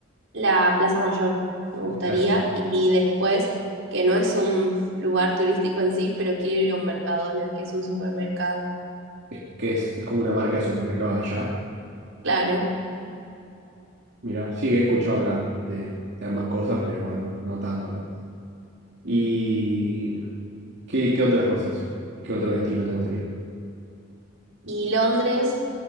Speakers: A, on the right (about 80°); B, on the right (about 60°).
A: La Plaza Mayor me gustaría
B: La plaza.
A: y después, que no es un lugar turístico en sí, pero quiero ir a un Mercadona, que es un supermercado.
B: Es que es, es como una marca de supermercados allá.
A: Claro.
B: Mira, sí, he escuchado hablar de, de ambas cosas, pero bueno, no, no tanto, la verdad. ¿Y qué, qué otras cosas? ¿Qué otro destino te gustaría?
A: Y Londres